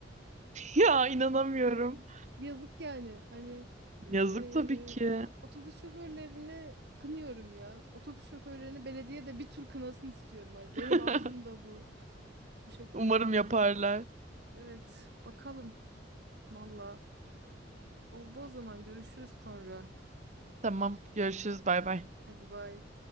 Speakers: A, on the right; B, on the right.
A: ya inanamıyorum.
B: <laughs> Yazık yani. Hani
A: Yazık
B: eee,
A: tabii ki.
B: otobüs şoförlerini kınıyorum ya. Otobüs şoförlerini belediye de bir tur kınasın istiyorum. Hani
A: <laughs>
B: benim arzum da bu. <laughs> Bu şekilde.
A: Umarım yaparlar.
B: Evet, bakalım. Valla. Oldu o zaman görüşürüz sonra.
A: Tamam, görüşürüz. Bay bay.
B: Hadi bay.